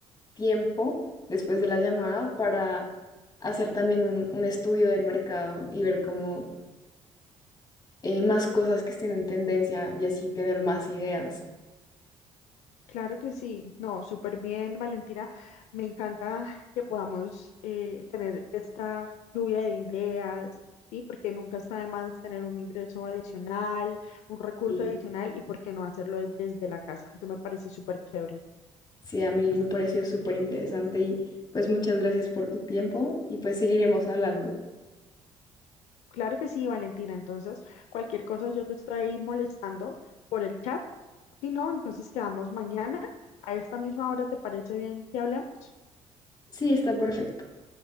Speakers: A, on the left (about 35°); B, on the left (about 80°).
A: tiempo después de la llamada para hacer también un, un estudio del mercado y ver cómo eh, más cosas que estén en tendencia y así tener más ideas.
B: Claro que sí, no, súper bien, Valentina. Me encanta que podamos eh, tener esta lluvia de ideas, ¿sí? Porque nunca está de más tener un ingreso adicional, un recurso
A: Y
B: adicional y por qué no hacerlo desde la casa. Eso me parece súper chévere.
A: sí, a mí me pareció súper interesante y pues muchas gracias por tu tiempo y pues seguiremos hablando.
B: Claro que sí, Valentina. Entonces, cualquier cosa yo te estoy ahí molestando por el chat. Si no, entonces quedamos mañana a esta misma hora. ¿Te parece bien que hablemos?
A: Sí, está perfecto.